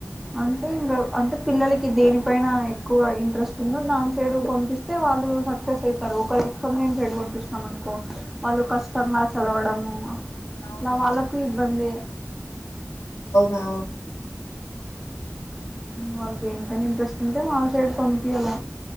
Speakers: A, in the centre; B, on the left (about 80°).
A: అంటే ఇంగ అంటే పిల్లలకి దేనిపైన ఎక్కువ ఇంట్రెస్ట్ ఉందో దాని సైడు పొంపిస్తే వాళ్ళు సక్సెస్ అయితారు ఒక <unintelligible> పంపిస్తన్నాం కో వాళ్ళు
B: ఆ
A: కష్టంగా చదవడము
B: అవును
A: ఇలా వాళ్ళకు ఇబ్బందే
B: అవునా
A: వాళ్ళకు దేనిపైన ఇంట్రెస్ట్ ఉంటే వాళ్ళ సైడ్ పంపియల్ల